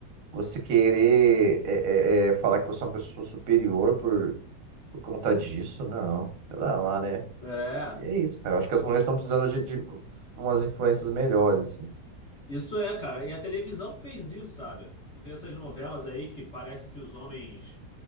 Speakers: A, on the right; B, on the left.
A: você querer é, é, é, falar que você é uma pessoa superior por, por conta disso, não. Sei lá, lá, né?
B: é.
A: E é isso, cara. Eu acho que as
B: Como-
A: mulheres estão precisando de, de umas influências melhores, assim.
B: Isso é, cara. E a televisão fez isso, sabe? Tu vê essas novelas aí que parece que os homens.